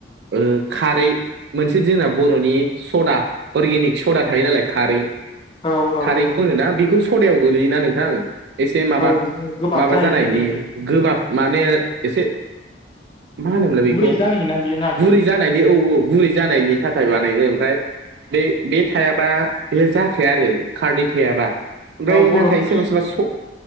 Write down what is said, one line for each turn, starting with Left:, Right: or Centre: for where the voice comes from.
Right: ओ खारै मोनसे जोंना बर'नि सदा अर्गेनिक सदा थायो नालाय खारै
Left: औ
Right: खारैखौ
Left: औ
Right: होनोना बेखौ सदायाव गोलैयोना नोंथां एसे माबा
Left: औ नोंथां गोबाब
Right: माबा
Left: जाहैबाय
Right: जानायनि
Left: नालाय बेयो
Right: गोबाब माने एसे मा होनोमोनलाय बेखौ
Left: गुरै जाहैयोना बेयो ना
Right: गुरै जानायनि औ औ गुरै जानायनि थाखाय बानायो ओमफ्राय बे बे थायाबा बे जाखाया आरो खारदै थायाबा ओमफ्राय
Left: औ बर'फोरनि
Right: नाथाय सोरबा सोरबा स